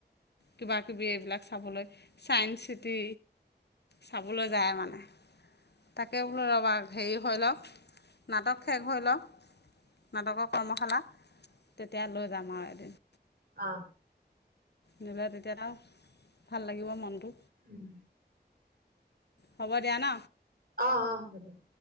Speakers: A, on the left; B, on the right.
A: কিবা কিবি এইবিলাক চাবলৈ ছায়ন্স চিটি চাবলৈ যায় মানে তাকে বোলো ৰ'বা হেৰি হৈ লওক নাটক শেষ হৈ লওক নাটকৰ কৰ্মশালা তেতিয়া লৈ যাম আৰু এদিন
B: অ
A: নিলে তেতিয়াত আও ভাল লাগিব মনটো।
B: উম।
A: হ'ব দিয়া ন
B: অ অ হব দিয়ক।